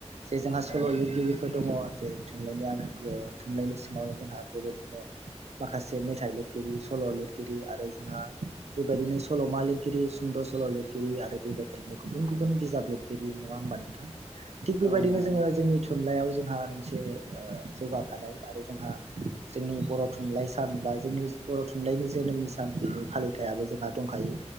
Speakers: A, on the right; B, on the right.
A: जे जोंहा
B: औ
A: सल' लिरगि गिरिफोर दङ जे थुनलाइनिानो थुनलाइनि सिङावनो जोंहा बेबायदिनो माखासे मेथाइ लिरगिरि सल' लिरगिरि आरो जोंहा बेबायदिनो सल'मा लिरगिरि सुंद' सल' लिरगिरि आरो बेबायदिनो गुबुन गुबुन बिजाब लिरगिरि नङा होमबा नोंथां थिग बेबायदिनो
B: औ नोंथां
A: जोङो जोंनि थुनलाइयाव जोंहा मोनसे जौगाखानाय आरो जोंहा जोंनि बर' थुनलाइ सान बा जोंनि बर' थुनलाइनि जोनोमनि सान बेनि फालिथायाबो जोंहा दंखायो।